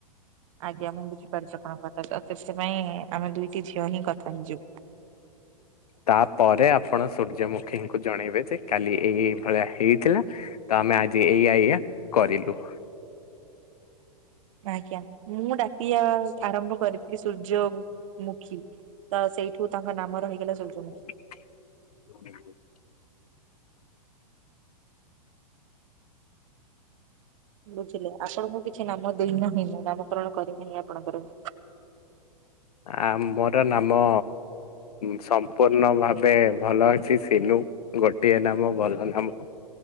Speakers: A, on the right; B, on the left.
A: ଆଜ୍ଞା ମୁଁ ବୁଝିପାରୁଛି ଆପଣଙ୍କ କଥା ସେଥିପାଇଁ ଆମେ ଦୁଇଟି ଝିଅ ହିଁ କଥା ହେଇଯୁ।
B: ତାପରେ ଆପଣ ସୂର୍ଯ୍ୟମୁଖୀଙ୍କୁ ଜଣେଇବେ ଯେ କାଲି ଏଇ ଏଇ ଭଳିଆ ହେଇଥିଲା। ତ ଆମେ ଆଜି ଏଇଆା ଏଇଆ କରିଲୁ।
A: ଆଜ୍ଞା ମୁଁ ଡାକିଆ ଆରମ୍ଭ କରିଥିଲି ସୂର୍ଯ୍ୟ ମୁଖୀ। ତ ସେଇଠୁ ତାଙ୍କ ନାମ ରହିଗଲା ସୂର୍ଯ୍ୟମୁଖୀ।
B: ଭ <inaudible>
A: ବୁଝିଲେ, ଆପଣଙ୍କୁ କିଛି ନାମ ଦିନ ହିଁ ମୁଁ ନାମକରଣ କରିବେନି ଆପଣଙ୍କର।
B: ଆ ମୋର ନାମ ସମ୍ପୂର୍ଣ୍ଣ ଭାବେ ଭଲ ଅଛି ସିଲୁ। ଗୋଟିଏ ନାମ, ଭଲ ନାମ